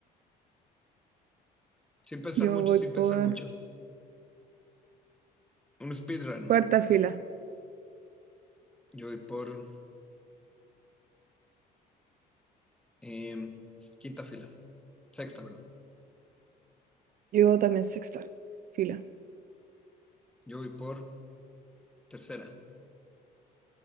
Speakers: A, in the centre; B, on the right (about 55°).
A: Sin pensar
B: Yo
A: mucho,
B: voy
A: sin
B: por
A: pensar mucho. Un speedrun.
B: cuarta fila.
A: Yo voy por Em, quinta fila. Sexta, perdón.
B: Yo también sexta fila.
A: Yo voy por tercera.